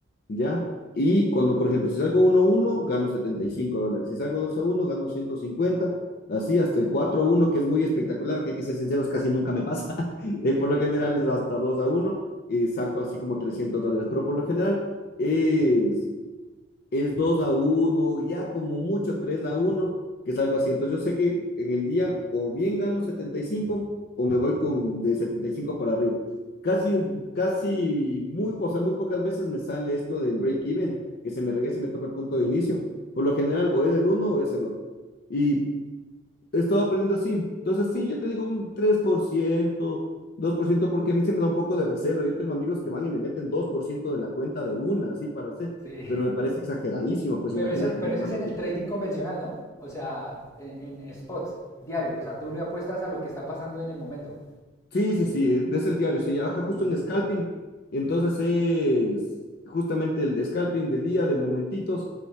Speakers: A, on the left; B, on the left.
A: ¿ya? Y cuando, por ejemplo, si salgo uno a uno gano 75 dólares. Si salgo dos a uno gano 150. Así hasta el cuatro a uno que es muy espectacular, que hay que ser sinceros, casi nunca me pasa. Eh, por lo
B: sí,
A: general
B: poco.
A: es hasta 2 a uno y saco así como 300 dólares, pero por lo general es, es 2 a uno ya como mucho 3 a uno que es algo así. Entonces yo sé que en el día o bien gano setenta y cinco o me voy con de 75 para arriba. Casi, casi, muy, o sea, muy pocas veces me sale esto del break-even, que se me regrese y me toca el punto de inicio. Por lo general o es el uno o es el otro. Y he estado aprendiendo así. Entonces, sí, yo te digo un tres por ciento dos por ciento porque a mí se me da un poco de recelo. Yo tengo amigos que van y le meten 2% de la cuenta de una, así para hacer,
B: Sí.
A: pero me parece exageradísimo, pues
B: Pero
A: imagínate.
B: ese, pero
A: ¿no?
B: ese es en el trading convencional, ¿no? O sea, en, en spot, diario. O sea, tú le apuestas a lo que está pasando en el momento.
A: Sí, sí, sí, es el diario, se trabaja justo
B: Mm,
A: en scalping, entonces es justamente el de scalping de día, de momentitos,